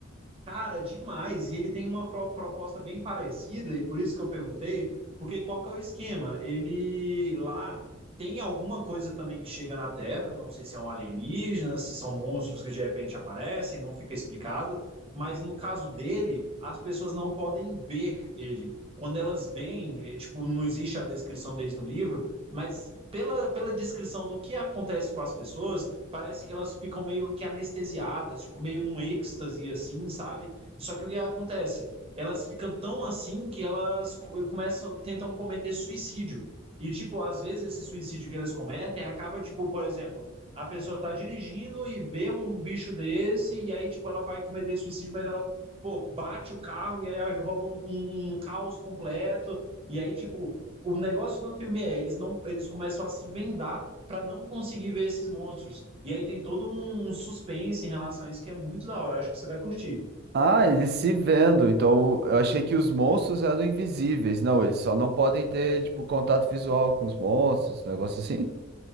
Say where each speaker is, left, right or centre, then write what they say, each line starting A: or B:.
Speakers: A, on the right (about 30°); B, on the right (about 50°).
A: Cara, demais. E ele tem uma pro- proposta bem parecida, e por isso que eu perguntei, porque qual que é o esquema? Ele lá tem alguma coisa também que chega na Terra, não sei se é um alienígena, se são monstros que de repente aparecem, não fica explicado, mas no caso dele, as pessoas não podem ver ele. Quando elas veem, eh, tipo, não existe a descrição deles no livro, mas pela, pela descrição do que acontece com as pessoas parece que elas ficam meio que anestesiadas, tipo, meio num êxtase, assim, sabe? Só que o que acontece? Elas ficam tão assim que elas co- começam, tentam cometer suicídio. E, tipo, às vezes esse suicídio que elas cometem acaba, tipo, por exemplo, a pessoa tá dirigindo e vê um bicho desse, e aí, tipo, ela vai cometer suicídio, mas ela, pô, bate o carro e aí rola um, um um caos completo. E aí, tipo, o negócio do filme é, eles não, eles começam a se vendar para não conseguir ver esses monstros. E aí tem todo um, um suspense em relação a isso que é muito da hora, acho que você vai curtir.
B: Ah, eles se vendo. Então, eu achei que os monstros eram invisíveis. Não, eles só não podem ter, tipo, contato visual com os monstros, um negócio assim.